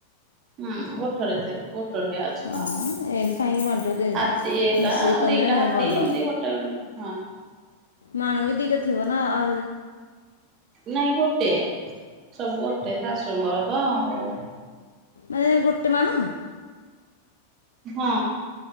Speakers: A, on the right; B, on the left.
A: ହୁଁ ଗୋଟରେ ଥବେ ଗୋଟଟ ଆଛି
B: ହଁ
A: କଣ
B: ମ ଏଇନେ କାହିଁକି ବାଣ୍ଟିବ ଦି
A: ହାତୀ ଏକା
B: ମିଶିକି କଲେ
A: ଦିଟା ହାତୀ
B: ଭଲ
A: ଏମିତି ଗୋଟେ ହଁ।
B: ମାଣ ବି ଦିଟା ଥିବ ନା ଆ
A: ନାଇଁ ଗୋଟେ ସବୁ ଗୋଟେ ଶାଶୁଙ୍କର ତ ଆଉ।
B: ମାନେ ଗୋଟେ ମାଣ।
A: ହଁ।